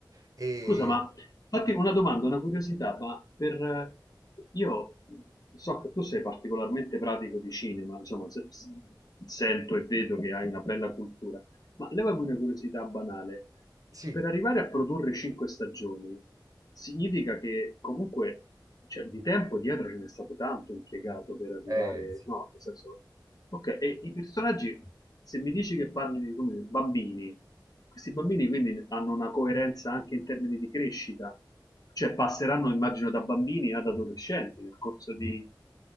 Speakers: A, on the right (about 45°); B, on the left (about 50°).
A: E
B: Scusa, ma fatti una domanda, una curiosità, ma per... eh, Io so che tu sei particolarmente pratico di cinema, insomma, se- s- sento e vedo che hai una bella cultura, ma levami una curiosità banale.
A: sì,
B: Per arrivare a produrre cinque stagioni, significa che comunque, cioè, di tempo dietro ce n'è stato tanto impiegato per arrivare,
A: eh, sì.
B: no, nel senso, Okay, e i personaggi se mi dici che parli di, come dire, bambini, questi bambini quindi ne hanno una coerenza anche in termini di crescita, cioè passeranno immagino da bambini ad adolescenti nel corso di